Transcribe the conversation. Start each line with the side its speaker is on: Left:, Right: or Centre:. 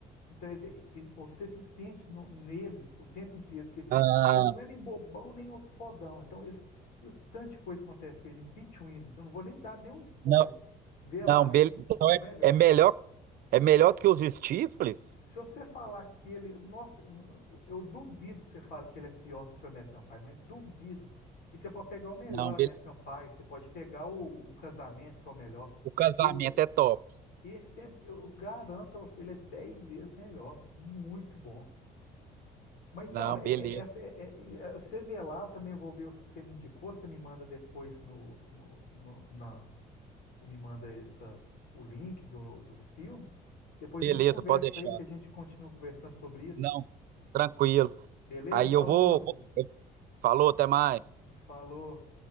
Left: Então esse- e- você se sente no- neles o tempo inteiro, porque assim,
Right: Ah,
Left: eles não é nem bobão, nem os fodão. Então eles, e o tanto de coisa que acontece com eles, em between, eles. eu não vou nem dar nenhum spoiler.
Right: não,
Left: Vê lá,
Right: não, bele-
Left: o
Right: então
Left: melhor.
Right: é, é melhor, é melhor do que os Stifles?
Left: Se você falar que ele. Nossa, eu não- eu duvido que você fale que ele é pior do que o American Pie, mas eu duvido. E você pode pegar o melhor
Right: Não,
Left: American
Right: bele-
Left: Pie, você pode pegar o, o Casamento, que é o melhor.
Right: o casamento
Left: Esse, é-
Right: é top.
Left: esse é, eu garanto pra você, ele é 10 vezes melhor. Muito bom. Mas
Right: Não,
Left: então, é,
Right: beleza,
Left: é- essa é- é- é- você vê lá, eu também vou ver os que você me indicou, você me manda depois no, no, no- na, me manda essa, o link do, dos filmes. Depois
Right: beleza,
Left: a gente conversa
Right: pode deixar.
Left: aí, que a gente continua conversando sobre isso.
Right: Não, tranquilo.
Left: Beleza?
Right: Aí
Left: Falou,
Right: eu vou,
Left: Rodrigo.
Right: vou- falou, até mais.
Left: Falou.